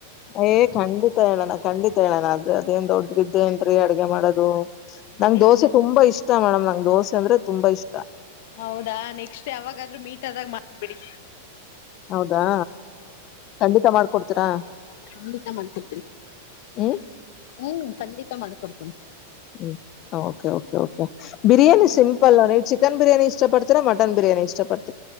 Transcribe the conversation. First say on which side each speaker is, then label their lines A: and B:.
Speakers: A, on the left; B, on the left.
A: <unintelligible> ಖಂಡಿತ ಹೇಳೋಣ ಖಂಡಿತ್ <unintelligible> ಅಡ್ಗೆ ಮಾಡೋದು
B: ನಮಗ್
A: ನಂಗ್ ದೋಸೆ ತುಂಬಾ ಇಷ್ ಇಷ್ಟ ಮೇಡಮ್ ನಂಗ್ ದೋಸೆ ಅಂದ್ರೆ ತುಂಬಾ ಇಷ್ಟ.
B: ಹೌದಾ ನೆಕ್ಸ್ಟ್ ಅವಾಗಾದ್ರೂ ಮೀಟ್ ಆದಾಗ ಮಾಡನ್ <unintelligible> ಬಿಡಿ.
A: ಹೌದಾ ಖಂಡಿತ ಮಾಡ್ಕೊಡ್ತೀರಾ.
B: ಖಂಡಿತ ಮಾಡ್ತಿರ್ತೀನಿ. <unintelligible>
A: ಹ್ಮ್
B: ಹ್ಮ್ ಖಂಡಿತ ಮಾಡ್ಕೊಡ್ತೀನಿ.
A: ಹ್ಮ okay okay okay biryani simple ನೀವು ಚಿಕನ್ ಬಿರಯಾನಿ ಇಷ್ಟಪಡ್ತೀರಾ ಮಟನ್ ಬಿರಿಯಾ <unintelligible>